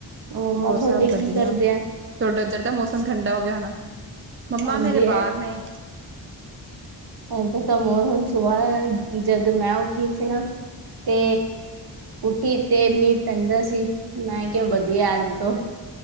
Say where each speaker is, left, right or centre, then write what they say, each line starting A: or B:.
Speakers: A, on the right; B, on the right.
A: ਮੰਮਾ
B: ਹੋਰ
A: ਤੁਹਾਡੇ
B: ਸਭ ਵਧੀਆ।
A: ਕੀ ਕਰਦੇ ਆ
B: ਤੋਡੇ ਇਧਰ ਤਾਂ ਮੌਸਮ ਠੰਡਾ ਹੋ ਗਿਆ ਹੋਣਾ, ਮੰਮਾ
A: ਹਾਂਜੀ
B: ਮੇਰੇ ਬਾਹਰ ਨੇ।
A: ਇਦ ਤਾਂ ਮੌਸਮ ਸੁਬਾਹ ਐ, ਜਦ ਮੈਂ ਉੱਠੀ ਸੀ ਨਾ ਤੇ ਉਠੀ ਤੇ ਮੀਂਹ ਪੈਂਦਾ ਸੀ, ਮੈਂ ਕਿਹਾ ਵਧੀਆ ਅੱਜ ਤੋਂ।